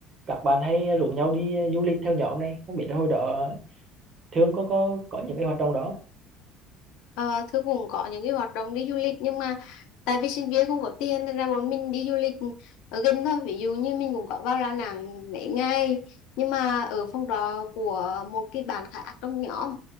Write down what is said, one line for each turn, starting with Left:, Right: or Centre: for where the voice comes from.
Right: các bạn hay rủ nhau đi ờ, du lịch theo nhóm này không biết là hồi đó Thương có có có những cái hoạt động đó
Left: Ờ, Thư cũng có những cái hoạt động đi du lịch nhưng mà tại vì sinh viên không có tiền nên ra bọn mình đi du lịch ở gần thôi ví dụ như mình cũng có vào Đà Nẵng mấy ngày nhưng mà ở phòng trọ của một cái bạn khác trong nhóm